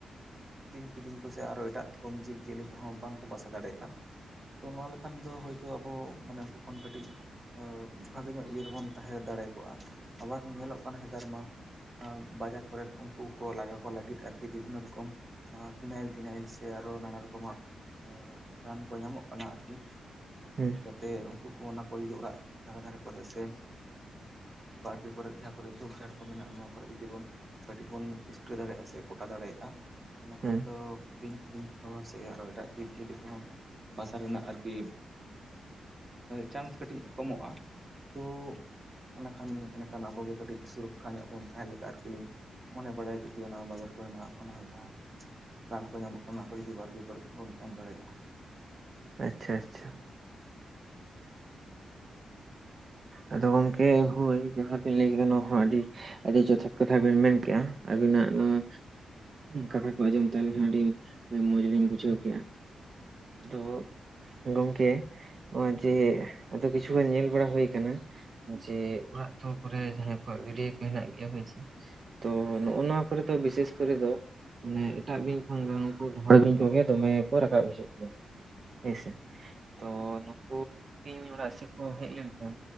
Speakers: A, on the right; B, on the right.
A: ᱵᱤᱧ ᱠᱤᱫᱤᱧ ᱥᱮ ᱟᱨᱚ ᱮᱴᱟᱜ ᱨᱚᱠᱚᱢ ᱡᱤᱵᱽ ᱡᱤᱭᱟᱹᱞᱤ ᱠᱚᱦᱚᱸ ᱵᱟᱝᱠᱚ ᱵᱟᱥᱟ ᱫᱟᱲᱮᱭᱟᱜ-ᱟ ᱾ ᱛᱚ ᱱᱚᱣᱟ ᱞᱮᱠᱷᱟᱱ ᱫᱚ ᱦᱳᱭᱛᱳ ᱟᱵᱚ ᱢᱟᱱᱮ ᱩᱱᱠᱩ ᱠᱷᱚᱱ ᱠᱟᱹᱴᱤᱡ ᱵᱷᱟᱜᱮ ᱧᱚᱜ ᱤᱭᱟᱹ ᱨᱮᱵᱚᱱ ᱛᱟᱦᱮᱸ ᱫᱟᱲᱮ ᱠᱚᱜ-ᱟ ᱾ ᱟᱵᱟᱨ ᱧᱮᱞᱚᱜ ᱠᱟᱱᱟ ᱦᱮᱛᱟᱨ ᱢᱟ ᱵᱟᱡᱟᱨ ᱠᱚᱨᱮᱫ ᱩᱱᱠᱩ ᱠᱚ ᱞᱟᱜᱟ ᱠᱚ ᱞᱟᱹᱜᱤᱫ ᱟᱨᱠᱤ ᱵᱤᱵᱷᱤᱱᱱᱚ ᱨᱚᱠᱚᱢ ᱯᱷᱤᱱᱟᱭᱤᱞ ᱴᱤᱱᱟᱭᱤᱞ ᱥᱮ ᱟᱨᱚ ᱱᱟᱱᱟ ᱨᱚᱠᱚᱢᱟᱜ ᱨᱟᱱ ᱠᱚ ᱧᱟᱢᱚᱜ ᱠᱟᱱᱟ ᱟᱨᱠᱤ ᱾
B: ᱦᱩᱸ
A: ᱡᱟᱛᱮ ᱩᱱᱠᱩ ᱠᱚ ᱚᱱᱟ ᱠᱚ ᱡᱩᱫᱤ ᱚᱲᱟᱜ ᱫᱷᱟᱨᱮ ᱫᱷᱟᱨᱮ ᱠᱚᱨᱮ ᱥᱮ ᱵᱟᱲᱜᱮ ᱠᱚᱨᱮᱫ ᱡᱟᱦᱟᱸ ᱠᱚᱨᱮᱜ ᱡᱷᱩᱯ ᱡᱷᱟᱲ ᱠᱚ ᱢᱮᱱᱟᱜ-ᱟ ᱱᱚᱣᱟ ᱠᱚᱨᱮᱫ ᱡᱩᱫᱤ ᱵᱚᱱ ᱠᱟᱹᱴᱤᱡ ᱵᱚᱱ ᱤᱥᱴᱟᱹ ᱫᱟᱲᱮᱭᱟᱜ-ᱟ ᱥᱮ ᱠᱚᱴᱟ ᱫᱟᱲᱮᱭᱟᱜ-ᱟ ᱠᱷᱟᱱ
B: ᱦᱩᱸ
A: ᱫᱚ ᱵᱤᱧ ᱠᱤᱫᱤᱧ ᱠᱚᱦᱚᱸ ᱥᱮ ᱟᱨᱚ ᱮᱴᱟᱜ ᱡᱤᱵᱽ ᱡᱤᱭᱟᱹᱞᱤ ᱠᱚᱦᱚᱸ ᱵᱟᱥᱟ ᱨᱮᱱᱟᱜ ᱟᱨᱠᱤ ᱪᱟᱱᱥ ᱠᱟᱹᱴᱤᱡ ᱠᱚᱢᱚᱜ-ᱟ ᱛᱳᱻ ᱤᱱᱟᱹ ᱠᱷᱟᱱ ᱮᱸᱰᱮᱠᱷᱟᱱ ᱟᱵᱚᱜᱮ ᱠᱟᱹᱴᱤᱡ ᱥᱩᱨᱚᱠᱠᱷᱟ ᱧᱚᱜ ᱵᱚᱱ ᱛᱟᱦᱮᱸ ᱞᱮᱠᱟ ᱟᱨᱠᱤ ᱢᱚᱱᱮ ᱵᱟᱲᱟᱭ ᱤᱫᱤᱜ ᱛᱮᱜᱤ ᱚᱱᱟ ᱵᱟᱡᱟᱨ ᱠᱚ ᱨᱮᱱᱟᱜ ᱚᱱᱟ ᱡᱟᱦᱟᱸ ᱨᱟᱱ ᱠᱚ ᱧᱟᱢᱚᱜ ᱠᱟᱱᱟ, ᱚᱠᱚᱭ ᱡᱩᱫᱤ ᱵᱟᱲᱜᱮ ᱠᱚᱨᱮᱫ ᱵᱚᱱ ᱮᱢ ᱫᱟᱲᱮᱭᱟᱜ-ᱟ᱾
B: ᱟᱪᱪᱷᱟ ᱟᱪᱪᱷᱟ ᱟᱫᱚ ᱜᱚᱝᱠᱮ ᱦᱳᱭ, ᱡᱟᱦᱟᱸ ᱵᱤᱱ ᱞᱟᱹᱭ ᱠᱮᱫᱟ ᱱᱚᱣᱟ ᱦᱚᱸ ᱟᱹᱰᱤ ᱟᱹᱰᱤ ᱡᱚᱛᱷᱟᱛ ᱠᱟᱛᱷᱟ ᱵᱤᱱ ᱢᱮᱱᱠᱮᱜ-ᱟ, ᱟᱹᱵᱤᱱᱟᱜ ᱱᱚᱣᱟ ᱠᱟᱛᱷᱟ ᱠᱚ ᱟᱸᱡᱚᱢ ᱛᱮ ᱟᱹᱞᱤᱧ ᱦᱚᱸ ᱟᱹᱰᱤ ᱢᱚᱡᱽ ᱞᱤᱧ ᱵᱩᱡᱷᱟᱹᱣ ᱠᱮᱜ-ᱟ᱾
A: <inaudible>
B: ᱛᱚ ᱜᱚᱝᱠᱮ, ᱱᱚᱜ-ᱚᱭ ᱡᱮ ᱟᱫᱚ ᱠᱤᱪᱷᱩ ᱜᱟᱱ ᱧᱮᱞ ᱵᱟᱲᱟ ᱦᱳᱭ ᱟᱠᱟᱱᱟ, ᱡᱮ <inaudible> ᱯᱚᱨᱮ ᱡᱟᱦᱟᱸᱭ ᱠᱚᱣᱟᱜ ᱜᱟᱹᱰᱭᱟᱹ ᱠᱚ ᱦᱮᱱᱟᱜ ᱜᱮᱭᱟ ᱦᱳᱭ ᱥᱮ, ᱛᱚ ᱱᱚᱜ-ᱚ ᱱᱚᱣᱟ ᱠᱚᱨᱮ ᱫᱚ ᱵᱤᱥᱮᱥ ᱠᱚᱨᱮ ᱫᱚ ᱢᱟᱱᱮ ᱮᱴᱟᱜ ᱵᱤᱧ ᱠᱷᱚᱱ ᱫᱚ, ᱱᱩᱠᱩ ᱰᱷᱚᱲ ᱵᱤᱧ ᱠᱚᱜᱮ ᱫᱚᱢᱮ ᱠᱚ ᱨᱟᱠᱟᱵ ᱦᱤᱡᱩᱜ ᱦᱮᱸ ᱥᱮ ᱛᱚ ᱱᱩᱠᱩ ᱵᱤᱧ ᱚᱲᱟᱜ ᱥᱮᱫ ᱠᱚ ᱦᱮᱡ ᱞᱮᱱᱠᱷᱟᱱ